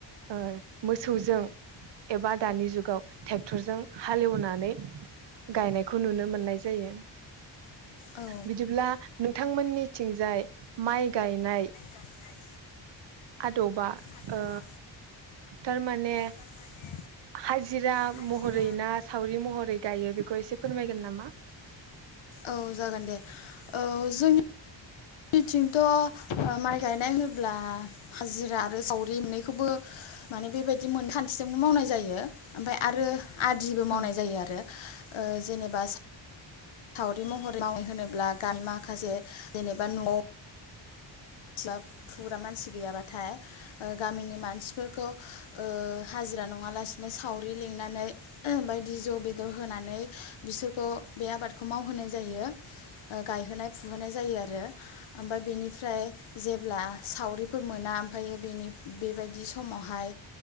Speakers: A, on the right; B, on the left.
A: ओ मोसौजों एबा दानि जुगाव ट्रेक्टरजों हालेवनानै गायनायखौ नुनो मोननाय जायो
B: औ
A: बिदिब्ला नोंथांमोननिथिंजाय माइ गायनाय
B: गायनाय
A: आदबा
B: आदबा
A: ओ थारमाने
B: थारमाने
A: हाजिरा
B: हाजिरा
A: महरै ना सावरि महरै गायो बेखौ एसे फोरमायगोन नामा
B: औ जागोन दे औ जोंनि निथिंथ माइ गायनाय होनोब्ला हाजिरा आरो सावरि मोननैखौबो माने बेबायदि मोन खान्थिजोंबो मावनाय जायो ओमफ्राय आरो आदिबो मावनाय
A: औ
B: जायो आरो ओ जेनेबा सावरि महरै मावै होनोब्ला गाम माखासे जेनेबा न'आव स्लाब फुग्रा मानसि गैयाबाथाय गामिनि मानसिफोरखौ ओ हाजिरा नङालासिनो सावरि लिंनानै ओ बायदि जौ बेदर होनानै बिसोरखौ बे आबादखौ मावहोनाय जायो ओ गायहोनाय फुहोनाय जायो आरो ओ ओमफ्राय बेनिफ्राय जेब्ला सावरिफोर मोना ओमफाय बेनि बेबायदि सु समावहाय